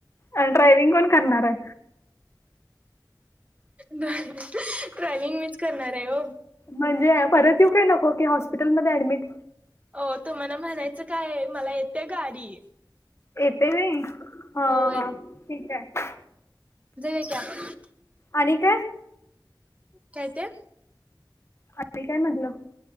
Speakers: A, on the left; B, on the right.
A: अन ड्रायविंग कोण करणार हाय?
B: ड्रायविंग मीच करणार हाय ओ
A: म्हणजे परत येऊ काय नको की हॉस्पिटलमध्ये ऍडमिट
B: हो तुम्हाला म्हणायचं काय मला येतेय गाडी
A: ये तेे हुय हा
B: हो
A: हा ठीक हाय.
B: जाऊ या की आपण.
A: आणि काय?
B: काय ते
A: आणि काय म्हणलं?